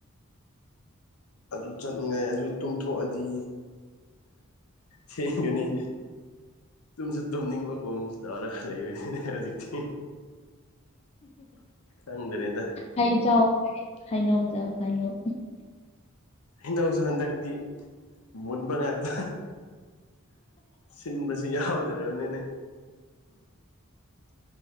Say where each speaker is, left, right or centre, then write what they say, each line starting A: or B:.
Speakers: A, on the left; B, on the left.
A: ꯑꯗꯨ ꯆꯠꯅꯤꯡꯉꯥꯏ ꯑꯗꯨ ꯇꯨꯝꯊꯣꯛꯑꯗꯤ ꯊꯦꯡꯒꯅꯤ ꯇꯨꯝꯁꯨ ꯇꯨꯝꯅꯤꯡꯕꯒꯨꯝ ꯇꯧꯔ ꯂꯩꯕꯅꯤꯅꯦ ꯍꯧꯖꯤꯛꯇꯤ ꯈꯪꯗ꯭ꯔꯦꯗ
B: ꯍꯩ ꯆꯥꯎ ꯍꯩꯅꯧ ꯆꯥꯎ ꯍꯩꯅꯧ
A: ꯍꯩꯅꯧꯁꯨ ꯍꯟꯗꯛꯇꯤ ꯃꯨꯟꯕ ꯉꯥꯛꯇ ꯁꯤꯟꯕꯁꯨ ꯌꯥꯎꯗ꯭ꯔꯕꯅꯤꯅꯦ